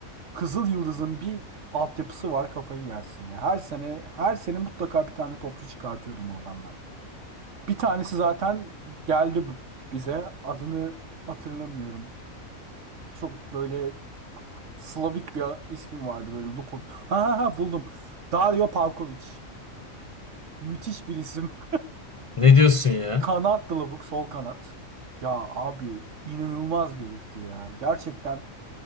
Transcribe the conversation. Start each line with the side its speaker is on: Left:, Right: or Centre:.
Right: Kızıl Yıldız'ın bir altyapısı var kafayı yersin ya. Her sene her sene mutlaka bir tane topçu çıkartıyordum oradan ben. Bir tanesi zaten geldi b- bize. Adını hatırlamıyorum. Çok böyle Slavik bir ismi vardı böyle Lukot. Ha ha ha buldum. Dario Pavkovic. Müthiş bir isim.
Left: Ne diyorsun ya?
Right: Kanat Lavuk sol kanat. Ya abi inanılmaz bir herifti ya. Gerçekten